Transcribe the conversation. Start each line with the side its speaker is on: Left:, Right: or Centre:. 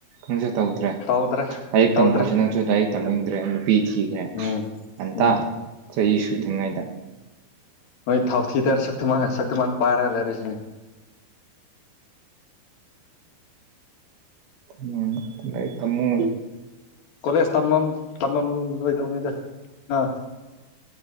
Right: ꯀꯪꯖꯤꯠ ꯇꯧꯗ꯭ꯔꯦ
Left: ꯇꯧꯗ꯭ꯔꯦ
Right: ꯂꯥꯢꯔꯤꯛ
Left: ꯇꯧꯗ꯭ꯔꯦ
Right: ꯇꯝꯃꯣꯁꯨ ꯅꯪꯁꯨ ꯂꯥꯢꯔꯤꯛ ꯇꯝꯅꯤꯡꯗ꯭ꯔꯦ ꯄꯤ ꯊꯤꯈ꯭ꯔꯦ
Left: ꯎꯝ
Right: ꯉꯟꯇꯥ
Left: ꯎꯝ
Right: ꯆꯍꯤ ꯁꯨꯗ꯭ꯔꯤꯉꯩꯗ
Left: ꯍꯣꯏ ꯊꯥꯎ ꯊꯤ ꯇꯔ ꯁꯛꯇ ꯁꯛꯇꯃ ꯄꯥꯏꯔꯒ ꯂꯩꯔꯤꯁꯤꯅꯦ
Right: ꯎꯝ ꯂꯥꯢꯔꯤꯛ ꯇꯝꯃꯣ
Left: ꯀꯂꯦꯖ ꯇꯃꯝ ꯇꯝꯃꯝꯂꯣꯏꯗꯧꯅꯤꯗ ꯑꯥ